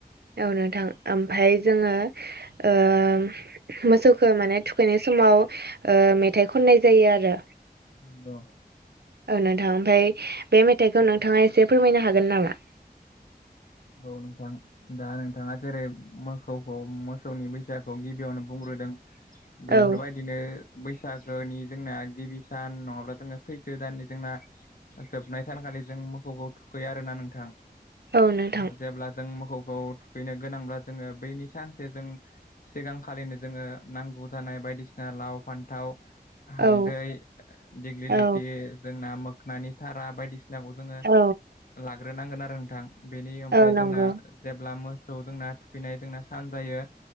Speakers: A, on the right; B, on the left.
A: औ नोथां ओमफ्राय जोङो ओम मोसौखौ माने थुखैनाय समाव ओ मेथाइ खननाय जायो आरो
B: नंगौ
A: औ नोंथां ओमफ्राय बे मेथाइखौ नोंथांङा एसे फोरमायनो हागोन नामा?
B: औ नोंथां दा नोंथांङा जेरै मोसौखौ मोसौनि बैसागखौ गिबियावनो बुंग्रोदों बेफोरबायदिनो
A: औ
B: बैसागोनि जोंना गिबि सान नंङाब्ला जोंङो सैथो दाननि जोंना जोबनाय सानखालि जों मोखौखौ थुखैयो आरोना नोंथां
A: औ नोंथां
B: जेब्ला जों मोसौखौ थुखैनो गोनांब्ला जोंङो बैनि सानसे जों सिगांखालिनो जोंङो नांगौ जानाय बायदिसिना लाव फानथाव हालदै
A: औ
B: दिग्लिलिथि
A: औ
B: जोंना मोखोननि थारा बायदिसिना नाखौ जोंङो
A: औ
B: लाग्रोनांगोन आरो नोंथां बेनि ओमफ्राय
A: औ नंगौ
B: जोंना जेब्ला मोसौ जोंना थुखैनाय जोंना सान जायो